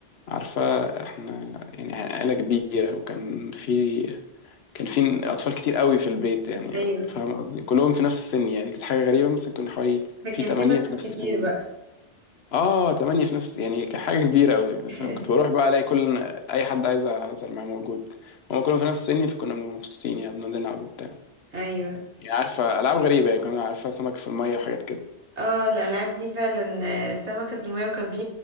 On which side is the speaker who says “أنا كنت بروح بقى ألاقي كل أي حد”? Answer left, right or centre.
Left